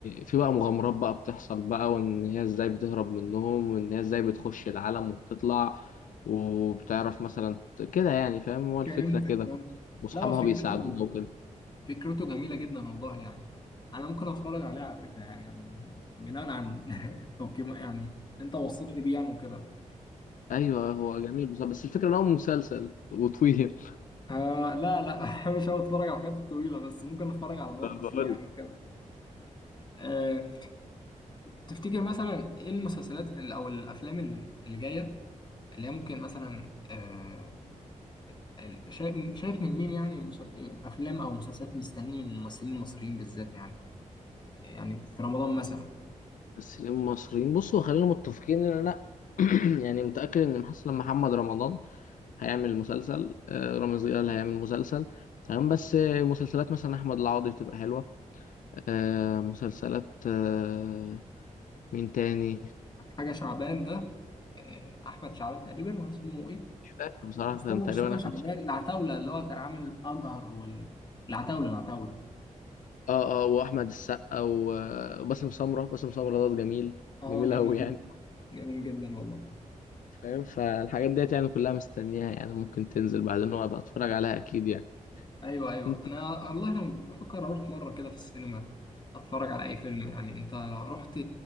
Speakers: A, on the left; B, on the left.
A: في بقى مغامرات بقى بتحصل بقى وان هي ازاي بتهرب منهم وان هي ازاي بتخش العالم وبتطلع وبتعرف مثلا ت- كده يعني فاهم هو الفكرة
B: فهمتك
A: كده
B: فاهم
A: واصحابها
B: لا هو فكرته
A: بيساعدوها وكده
B: فكرته جميله جدا والله يعني انا ممكن اتفرج عليه على فكره يعني يعني بناء عن <laughs> التقييم يعني اللي انت وصفتني بيه يعني وكده
A: ايوه هو جميل بصراحة بس الفكرة ان هو مسلسل وطويل
B: آه لا لا <laughs> مش هقعد اتفرج على الحاجات الطويله بس ممكن اتفرج على ملخص
A: <laughs> بقول
B: ليه يعني كده آه تفتكر مثلا ايه المسلسلات ال- او الافلام ال- اللي جايه اللي هي ممكن مثلا آه ال- شايف شايف من مين يعني مس- إيه، افلام او مسلسلات مستنيين الممثلين المصريين بالذات يعني يعني في رمضان مثلا
A: ممثلين مصريين بصوا خلينا متفقين ان انا <clears throat> يعني متأكد ان مثلا محمد رمضان هيعمل مسلسل آه، رامز جلال هيعمل مسلسل تمام بس آه، مسلسلات مثلا احمد العوضي بتبقى حلوة آه، مسلسلات آه، مين تاني
B: حاجه شعبان ده آه احمد شعبان تقريبا ولا اسمه ايه
A: مش فاكر بصراحة
B: مصطفى
A: كان
B: مصطفى
A: تقريبا احمد
B: شعبان
A: ش-
B: العتاوله اللي هو كان عامل اجهر والعتاوله العتاوله العتاولة.
A: اه اه واحمد السقا و- وباسم سمرة باسم سمرة ده جميل
B: اه
A: جميل
B: جميل
A: قوي
B: جدا
A: يعني
B: جميل جدا والله
A: فاهم فالحاجات ديت يعني كلها مستنيها يعني ممكن تنزل بعدين وابقى اتفرج عليها اكيد
B: ايوه ايوه
A: يعني
B: انا والله انا بفكر اروح مره كده في السينما اتفرج على اي فيلم يعني انت رحت